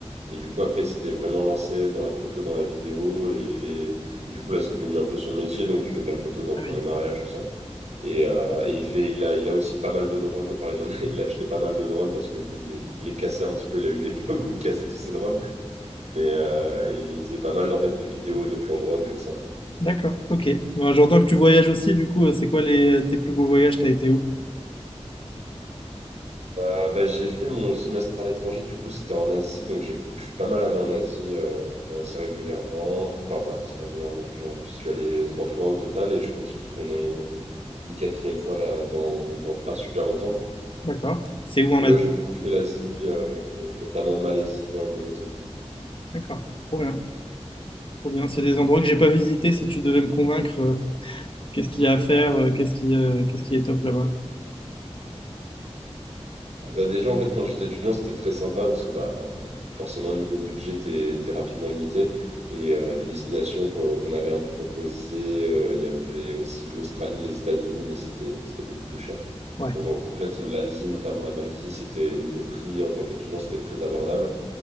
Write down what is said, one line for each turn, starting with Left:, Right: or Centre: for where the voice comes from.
Right: Et du coup, après, il s'était vraiment lancé dans la photo, dans la vidéo. Et, il fait... et du coup, là, c'est devenu un peu son métier. Donc, il fait de la photo dans
Left: Ah oui.
Right: les mariages, tout ça. Et, euh, et il fait, il a, il a aussi pas mal de drones. Enfin, il, en a, <laughs> il a acheté pas mal de drones parce que lui, il les, il les cassait un petit peu. Il a eu une époque où il cassait tous ses drones. Mais euh, et ils faisaient pas mal en fait de vidéos, de plans de run comme ça.
Left: D'accord, ok. Bon, j'entends que tu voyages aussi, du coup, euh, c'est quoi les, euh, tes plus beaux voyages? T'as été où?
Right: Euh, bah, j'ai fait mon semestre à l'étranger, du coup c'était en Asie, donc j'ai, je suis pas mal allé en Asie euh, assez régulièrement. Enfin, pas assez régulièrement, genre je suis allé trois fois au total et je compte y retourner une quatrième fois là dans, dans pas super longtemps.
Left: D'accord. C'est où en
Right: Donc
Left: Asie?
Right: ouais, j'ai beaucoup fait l'Asie, euh, notamment Malaisie, Indonésie.
Left: D'accord. Trop bien. Trop bien. C'est des endroits que j'ai pas visités. Si tu devais me convaincre, euh, qu'est-ce qu'il y a à faire, euh, qu'est-ce qui, euh, qu'est-ce qui est top là-bas?
Right: Ah Bah déjà, en fait, quand j'étais étudiant, c'était très sympa parce que bah, euh, forcément, niveau budget, t'es, t'es rapidement limité. Et euh, des destinations qu'on qu'on avait à me proposer, euh, il y avait aussi l'Australie, les États-Unis, mais c'était, c'était beaucoup plus cher.
Left: Ouais.
Right: Donc, en, en fait, l'Asie, notamment la Malaisie, c'était niveau prix en tant qu'étudiant, c'était très abordable.